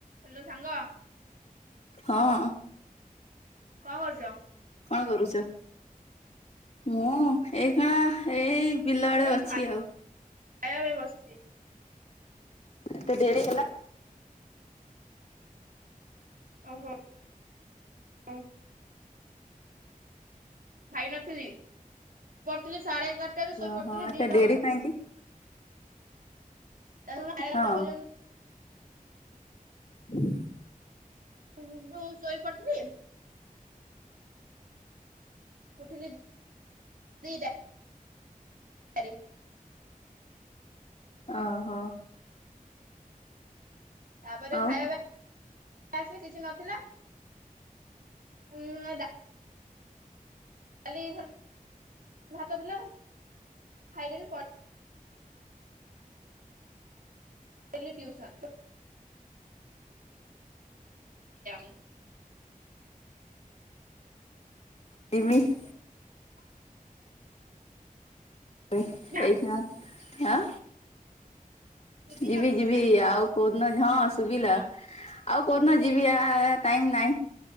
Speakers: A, on the right; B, on the left.
A: Hello ସାଙ୍ଗ।
B: ହଁ।
A: କଣ କରୁଛ?
B: କଣ କରୁଛ? ମୁଁ ଏଇ ଖେଣା ଏଇ ବିଲ ଆଡେ
A: ମୁଁ ଏଇ
B: ଅଛି ଆଉ।
A: ଖାଇବା ପାଇଁ ବସିଛି।
B: ଏତେ ଡେରି ହେଲା?
A: ଓ ହୋ, ହଁ। ଖାଇନଥିଲି ପଢୁଥିଲି ସାଢେ ଏଗାରଟାରୁ ଶୋଇ
B: ଓହୋ
A: ପଡିଥିଲି
B: ଏତେ
A: ଦିଟା
B: ଡେରି
A: ପର୍ଯ୍ୟନ୍ତ।
B: କାହିଁକି?
A: ତାପରେ ସାଢ଼େ ଏଗାରଟା
B: ହଁ
A: ପର୍ଯ୍ୟନ୍ତ
B: <unintelligible>
A: <inaudible> ଶୋଇ ପଡ଼ିଥିଲି। ଉଠିଲି ଦି ଟା ଟାରେ।
B: ଓହୋ।
A: ତାପରେ
B: ଆଉ
A: ଖାଇବା ପାଇଁ ଆସିଲି କିଛି ନଥିଲା ଉଁ <inaudible> <inaudible> ଭାତ ଥିଲା ଖାଇଦେଲି ପଳେଇଲି। ଯାଇଥିଲି ଟିଉସନ <unintelligible>
B: <unintelligible>
A: <unintelligible>
B: ଏଇ
A: ନା
B: ଖେନା ଆଁ
A: ଶୁଭିଲା
B: ଯିବି
A: ମୋ
B: ଯିବି
A: କଥା?
B: ଆଉ କୋଉଦିନ ହଁ ଶୁଭିଲା, ଆଉ କୋଉଦିନ ଯିବି ଆ ଟାଇମ ନାହିଁ।